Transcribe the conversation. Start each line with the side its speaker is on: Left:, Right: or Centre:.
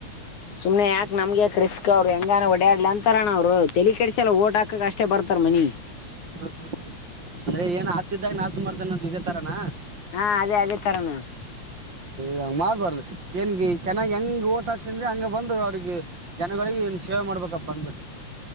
Left: ಸುಮನೆ ಯಾಕ್ಮ್ಗೆ ಯಾಕ್ ರಿಸ್ಕ್ ಅವ್ರು ಹೆಂಗಾನ ಡಾಡ್ಲ ಅಂತಾರಣ ಅವ್ರು ತಲಿ ಕಡಸ ಎಲ್ಲ ಓಟ್ ಹಾಕಕ್ ಅಷ್ಟೇ ಬರ್ತಾರೆ ಜರ್ಮನಿ
Right: ಹಾ ಹಾ ಅಂದ್ರೆ ಏನ್ ಆತಿದ್ದಾಗ ಆತ ಮರ್ದನಂತ ಇದೇ ತರಾನ
Left: ಹಾ ಅದೇ ಅದೇ ತರ ನಾನನ್
Right: ಹ ಮಾಡ್ಬಾರ್ದು ಏನ್ಗೆ ಚೆನ್ನಾಗಿ ಹೆಂಗ್ ಓಟ್ ಹಾಕ್ಸಿದ್ರೆ ಹಂಗ ಬಂದು ಅವ್ರಿಗೆ ಜನಗಳಿಗೆ ಏನ್ ಸೇವೆ ಮಾಡ್ಬೇಕಪ್ಪ ಬಂದ್ಬಿಟ್ಟು